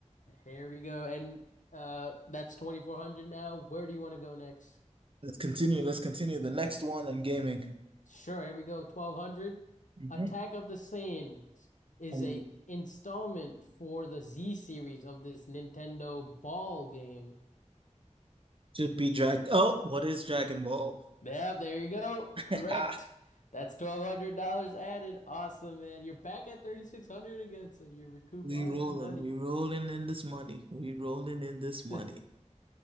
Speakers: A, on the left (about 80°); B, on the right (about 45°).
A: Here we go. And uh that's 2400 now. Where do you want to go next?
B: Let's continue. Let's continue the next one on gaming.
A: Sure, here we go. 1200.
B: Mhm.
A: Attack of the Saiyans is
B: Um,
A: a installment for the Z series of this Nintendo ball game.
B: Should be drag. Oh, what is Dragon Ball?
A: Yeah, there you go.
B: <laughs>
A: Correct. That's $1200 added. Awesome, man. You're back at 3600 again, so you recouped
B: We
A: all
B: rolling,
A: that money.
B: we rolling in this money. We rolling in this money.
A: <laughs>